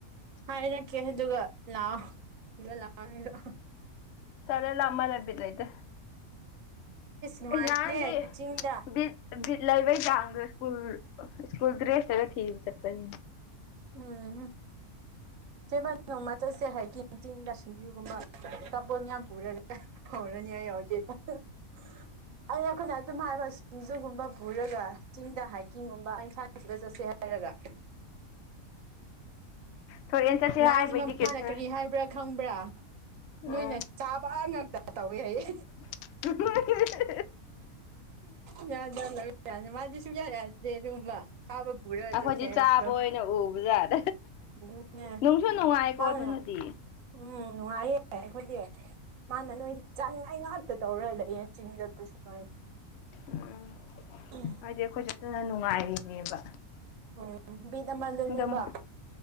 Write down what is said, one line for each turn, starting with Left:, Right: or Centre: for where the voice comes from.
Right: ꯍꯥꯏꯔꯛꯀꯦ ꯑꯗꯨꯒ ꯂꯥꯛꯑꯣ ꯊꯤꯕ ꯂꯥꯛꯑꯣ ꯍꯥꯢꯔꯣ
Left: ꯇꯜꯂꯦ ꯂꯥꯞꯃꯜꯂꯦ ꯕꯤꯠ ꯂꯩꯇꯦ
Right: ꯅꯨꯡꯉꯥꯏꯕꯅꯦ
Left: ꯏꯁ ꯅꯥꯍꯟꯗꯤ
Right: ꯆꯤꯡꯗ
Left: ꯕꯤꯠ ꯕꯤꯠ ꯂꯩꯕꯩ ꯆꯥꯡꯖꯦ ꯁ꯭ꯀꯨꯜ ꯁ꯭ꯀꯨꯜ ꯗ꯭ꯔꯦꯁꯇꯒ ꯊꯤꯕ ꯆꯠꯄꯅꯤꯟ
Right: ꯎꯝꯍꯨ ꯆꯦ <inaudible> ꯕꯥꯅꯤ ꯅꯣꯡꯃ ꯆꯠꯁꯦ ꯍꯥꯏꯀꯤꯡ ꯆꯤꯡꯗ ꯁꯤꯡꯖꯨꯒꯨꯝꯕ <inaudible> ꯑꯆꯥꯄꯣꯠ ꯃꯌꯥꯝ ꯄꯨꯔꯒ ꯍꯧꯔꯅꯤꯍꯥꯏ ꯌꯥꯎꯗꯦ <unintelligible> ꯑꯩꯅ ꯑꯩꯈꯣꯏꯅ ꯑꯗꯨꯝ ꯍꯥꯏꯕ ꯁꯤꯡꯖꯨꯒꯨꯝꯕ ꯄꯨꯔꯒ ꯆꯤꯡꯗ ꯍꯥꯏꯀꯤꯡꯒꯨꯝꯕ ꯑꯦꯟꯁꯥꯡ ꯊꯤꯕ ꯆꯠꯁꯦ ꯍꯥꯏꯔꯒ
Left: ꯊꯣꯔꯦꯟ ꯆꯠꯁꯦ ꯍꯥꯏꯕꯩꯗꯤ
Right: ꯅꯥꯏꯟꯁꯦ ꯃꯃꯥꯅ
Left: ꯀꯩꯁꯨ
Right: ꯀꯔꯤ ꯍꯥꯏꯕ꯭ꯔꯥ ꯈꯪꯕ꯭ꯔꯥ
Left: ꯎꯝ
Right: ꯅꯣꯏꯅ ꯆꯥꯕꯥ ꯉꯥꯛꯇ ꯇꯧꯋꯦ ꯍꯥꯏꯌꯦ
Left: <unintelligible>
Right: ꯌꯥꯗ <unintelligible> ꯃꯥꯗꯤ ꯁꯨꯡꯌꯥ ꯌꯥꯗꯦ ꯑꯗꯨꯒꯨꯝꯕ ꯆꯥꯕ ꯄꯨꯔꯒ
Left: ꯑꯈꯣꯏꯗꯤ
Right: ꯆꯠꯁꯦ ꯍꯥꯏꯕꯗꯣ
Left: ꯆꯥꯕ ꯑꯣꯏꯅ ꯎꯕꯖꯥꯠ
Right: ꯑꯗꯨꯅꯦ
Left: ꯅꯨꯡꯁꯨ ꯅꯨꯡꯉꯥꯏꯀꯣ
Right: ꯃꯥꯅ
Left: ꯑꯗꯨꯅꯗꯤ
Right: ꯎꯝ ꯅꯨꯡꯉꯥꯏꯌꯦ ꯑꯩꯈꯣꯏꯗꯤ ꯃꯥꯅ ꯅꯣꯏꯗꯤ ꯆꯥꯅꯤꯡꯉꯥꯏ ꯉꯥꯛꯇ ꯇꯧꯔ ꯂꯩꯌꯦ ꯆꯤꯡꯗ <unintelligible> ꯍꯥꯏ
Left: ꯎꯝ
Right: ꯎꯝ
Left: ꯍꯥꯏꯗꯤ ꯑꯈꯣꯏꯁꯨ ꯑꯗꯨꯅ ꯅꯨꯡꯉꯥꯏꯔꯤꯅꯦꯕ
Right: ꯎꯝ ꯕꯤꯠ ꯑꯃꯗꯅꯦꯕ
Left: ꯑꯗꯨꯝ